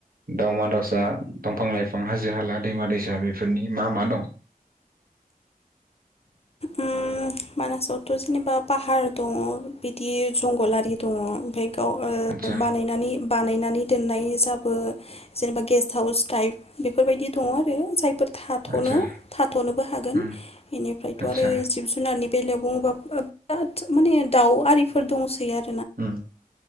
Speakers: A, on the right; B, on the left.
A: दावमा दावसा, दंफां लाइफां, हाजो हाला दैमा दैसा बेफोरनि मा मा दं?
B: उम मानासावथ' जेनेबा पाहार दङ बिदि जंगल आरि दङ ओमफ्राय गाव ओ
A: आदसा
B: बानायनानै बानाय नानै दोन्नाय जाबो जेनेबा गेस्त हाउस टाइप बेफोरबायदि दङ आरो जायफोर थाथ'नो
A: आदसा
B: थाथ'नोबो हागोन
A: उम
B: बेनिफ्रायथ'
A: आतसा
B: आरो जिब जुनारनि बेलायाव बुङोबा ओब बिराद माने दाउ आरिफोर दंसै आरो
A: उम